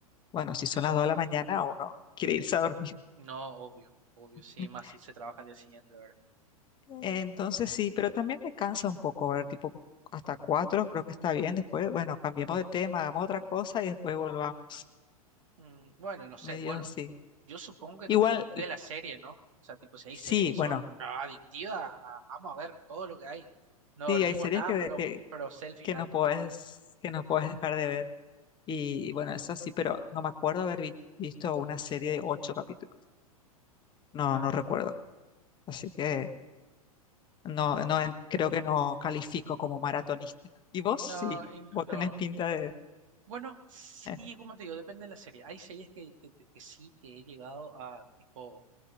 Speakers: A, on the left; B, on the right.
A: bueno, si son las 2 de la mañana, uno quiere irse a dormir.
B: No, obvio, obvio,
A: <laughs>
B: sí, más si se trabaja al día siguiente, ¿verdad?
A: Entonces sí, pero también me cansa un poco ver, tipo, hasta 4 creo que está bien. Después, bueno, cambiemos de tema, hagamos otra cosa y después volvamos.
B: Mm, bueno, no sé,
A: Medio
B: bueno,
A: sí.
B: yo supongo que
A: Igual,
B: también depende de la serie, ¿no? O sea, tipo, si hay
A: sí,
B: series que son
A: bueno,
B: no, adictivas, ah, vamos a ver todo lo que hay. No dormimos
A: sí, hay series
B: nada,
A: que,
B: pero,
A: que,
B: pero sé el final.
A: que no puedes, que no puedes dejar de ver. Y y bueno, eso sí, pero no me acuerdo haber vi- visto una serie de ocho capítulos. No,
B: Ah,
A: no recuerdo. Así que No, no, en- creo que no califico como maratonista. Y vos
B: no,
A: sí,
B: y
A: vos
B: no.
A: tenés pinta de...
B: Bueno, sí,
A: eh,
B: como te digo, depende de la serie. Hay series que, que, que sí, que he llegado a, tipo...